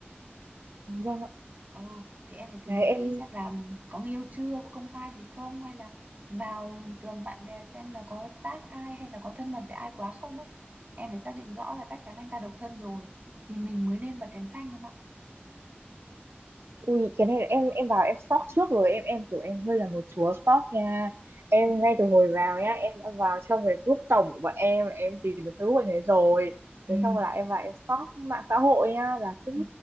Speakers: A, on the right (about 80°); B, on the right (about 45°).
A: vâng ạ
B: Ừ, thì em phải tìm
A: đấy
B: hiểu
A: em
B: kỹ xem là có người yêu chưa, có công khai gì không hay là vào tường bạn bè xem là có tác ai hay là có thân mật với ai quá không ấy. Em phải xác định rõ là chắc chắn anh ta độc thân rồi thì mình mới nên bật đèn xanh em ạ.
A: Ui cái này là em em vào em stalk trước rồi em em kiểu em hơi là một chúa stalk nha em
B: Ừ,
A: ngay từ hồi vào nhá em đã vào trong cái group tổng của bọn em là em tìm được Facebook bạn ấy rồi
B: ừ,
A: thế xong là em vào em stalk mạng xã hội nha là cũng
B: ừ,